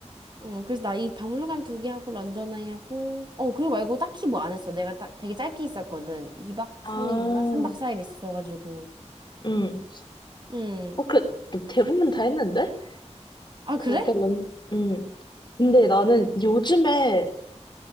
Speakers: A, on the right; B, on the left.
A: 어, 그래서 나 이 박물관 두 개 하고 런던 아이 하고. 어, 그리고 말고 딱히 뭐 안 했어. 내가 딱 되게 짧게 있었거든. 2박
B: 아,
A: 3일인가? 3박 4일 있었어가지고.
B: 음.
A: 응
B: 어, 그, 뭐 대부분 다 했는데?
A: 아,
B: 그러게,
A: 그래?
B: 런, 음. 근데 나는 요즘에,